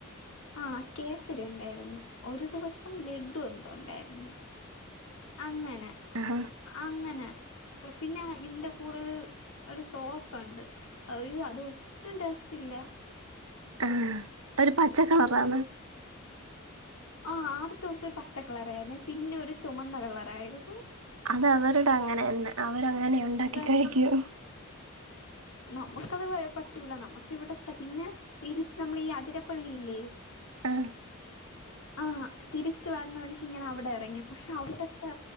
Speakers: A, on the left; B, on the right.
A: ആഹ് കേസരി ഉണ്ടായിരുന്നു ഒരു ദിവസം ലഡു എന്തും ഉണ്ടായിരുന്നു അങ്ങനെ
B: ആഹ
A: അങ്ങനെ പിന്നെ ഇതിന്റെ കൂടെ ഒരു ഒരു സോസ് ഉണ്ട് അ അത് ഒട്ടും ടേസ്റ്റ് ഇല്ല
B: ആ ഒരു പച്ച കളറാണ്
A: ആ ആദ്യത്തെ ദിവസം ഒരു പച്ചക്കളറായിരുന്നേ പിന്നെ ഒരു ചുമന്ന കളർ ആയിരുന്നു
B: അത് അവരുടെ അങ്ങനെന്നെ അവ അങ്ങനെ ഉണ്ടാക്കി
A: തന്നെ
B: കഴിക്കും
A: നമുക്കത് പറ്റൂല നമുക്ക് ഇവിടെത്ത പിന്നെ തിരിച്ച് നമ്മള ഈ അതിരപ്പള്ളില്ലേ
B: ആഹ്
A: ആ തിരിച്ച് വരണ വഴിക്ക് ഇങ്ങനെ അവിടെ ഇറങ്ങിയ പക്ഷെ അവിടുത്തെ